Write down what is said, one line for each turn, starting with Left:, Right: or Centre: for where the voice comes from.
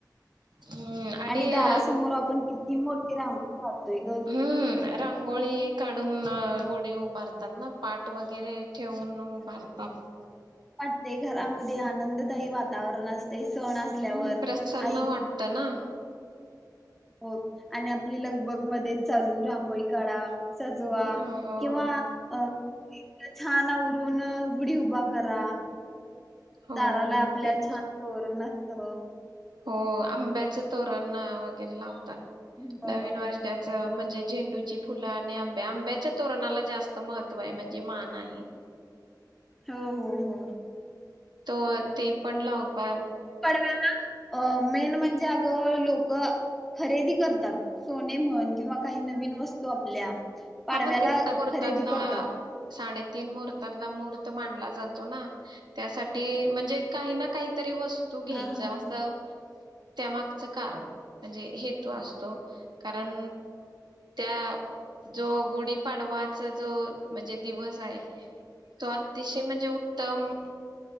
Right: हम्म
Centre: आणि दारासमोर
Right: अ,
Centre: आपण किती मोठे रांगोळी काढतोय ग.
Right: हम्म रांंगोळी काढून गुडी उभारतात ना पाट वगैरे ठेऊून उभारतात
Centre: ते घरामध्ये आनंददायी वातावरण असते ते सण
Right: हम्म
Centre: असल्यावर
Right: प्रसन्न
Centre: आई
Right: वाटत ना
Centre: हो आणि आपली लगबग मध्येच चालू रांगोळी काढ सजवा
Right: हो हो
Centre: किंवा अ छान आवरून गुढी उभा करा
Right: हो
Centre: दाराला आपल्या
Right: ते तर-
Centre: छान तोरणात त
Right: हो आंब्याच तोरणना वगैरे लावतात.
Centre: हो
Right: नवीन वर्षाच म्हण म्हणजे झेंडूची फुलं आणि आंब्या आंब्याच्या तोरणाला जास्त महत्त्व आहे म्हणजे मान आहे.
Centre: हो हो हो
Right: तर ते पण लावतात
Centre: अ मेन म्हणजे अग लोक खरेदी करतात सोने म्हण किंवा काही नवीन वस्तू आपल्या पाडव्याला
Right: हा मग ते ना मुर्तातला
Centre: खरेदी करतात.
Right: साडे तीन मुहूर्तातला मुहूर्त मानला जातो ना, त्यासाठी म्हणजे काही ना काहीतरी वस्त तू घ्यायच
Centre: हा हा.
Right: असं त्यामागचं कारण म्हणजे हेतू असतो कारण त्या जो गुढीपाडवाचा जो म्हणजे दिवस आहे तो अतिशय म्हणजे उत्तम